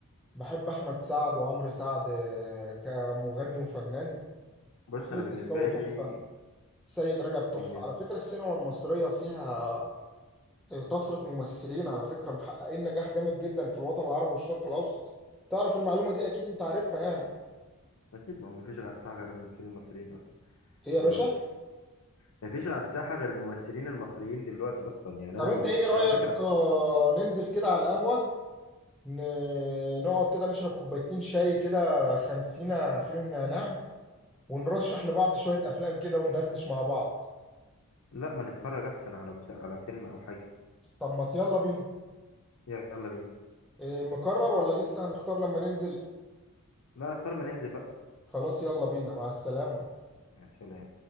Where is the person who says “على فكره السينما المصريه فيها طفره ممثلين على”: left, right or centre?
Centre